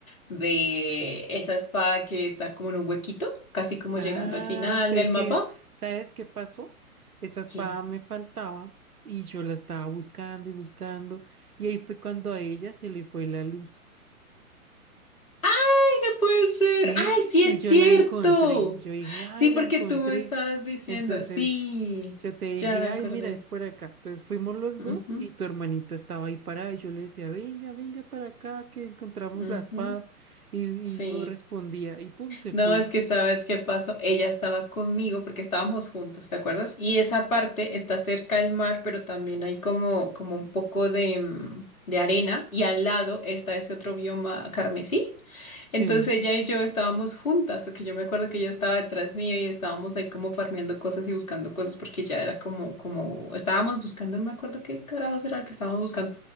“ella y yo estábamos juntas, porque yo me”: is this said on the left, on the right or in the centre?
Left